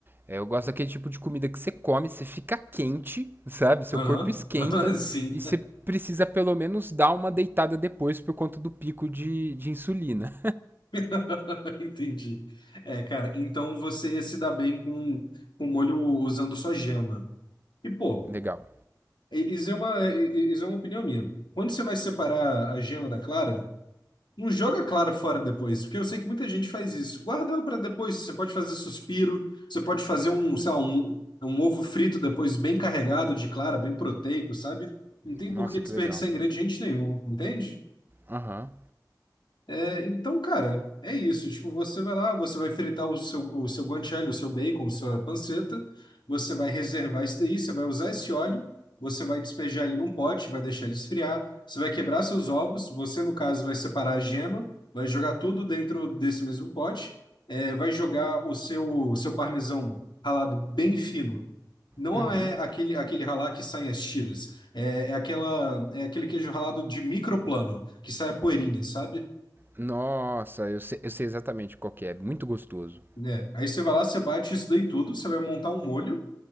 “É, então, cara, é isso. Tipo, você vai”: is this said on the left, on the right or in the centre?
Left